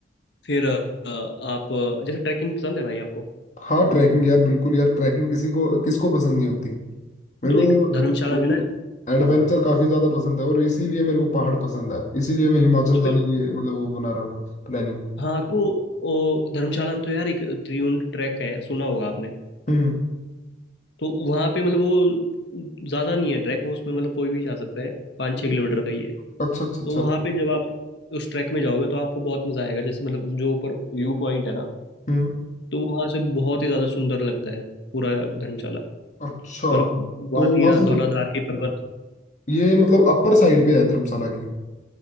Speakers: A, on the left; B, on the left.
A: फिर अ, आप अ, जैसे ट्रैकिंग पसंद है भाई आपको
B: हाँ ट्रैकिंग यार बिल्कुल यार ट्रैकिंग किसी को किसको पसंद नहीं होती मेरे
A: तो
B: को
A: एक
B: तो
A: धर्मशाला
B: बल्कि
A: में ना
B: एडवेंचर
A: हाँ
B: काफी ज्यादा पसंद है और इसीलिए मेरे को पहाड़ पसंद है इसीलिए मैं हिमाचल
A: तो
B: जाने की मतलब वो बना रहा हूँ प्लानिंग
A: हाँ तो ओ, धर्मशाला में तो यार एक त्रिउंड ट्रैक है सुना होगा आपने
B: हम्म
A: तो वहाँ पे मतलब वो ज़्यादा नहीं है ट्रैक वो उसमें मतलब कोई भी जा सकता है पाँच
B: हम्म,
A: छः किलोमीटर का ही है
B: अच्छा अच्छा
A: तो
B: अच्छा
A: वहाँ पे जब आप उस ट्रैक में जाओगे तो आपको बहुत मज़ा आएगा जैसे मतलब जो ऊपर व्यू पॉइंट है ना
B: हम्म
A: तो वहाँ से बहुत ही ज़्यादा सुंदर लगता है पूरा धर्मशाला
B: अच्छा
A: मतलब वादियाँ
B: तो वहां से
A: धौलाधार के पर्वत
B: ये मतलब अपर साइड पे है धर्मशाला की